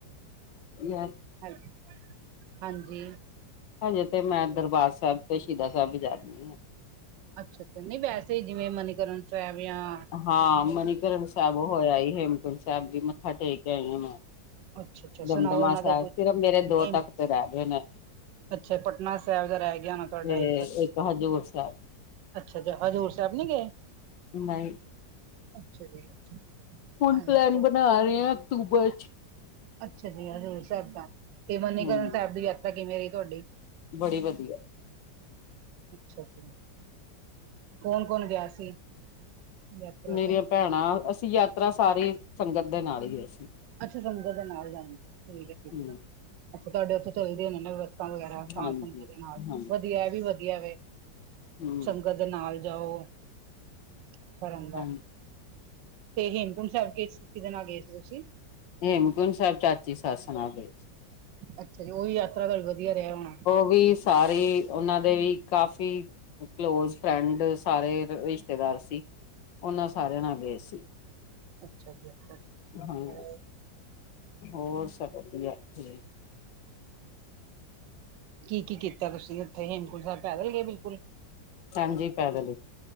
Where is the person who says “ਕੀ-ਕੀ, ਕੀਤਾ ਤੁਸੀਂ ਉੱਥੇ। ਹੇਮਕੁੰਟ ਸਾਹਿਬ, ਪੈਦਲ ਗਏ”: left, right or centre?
Right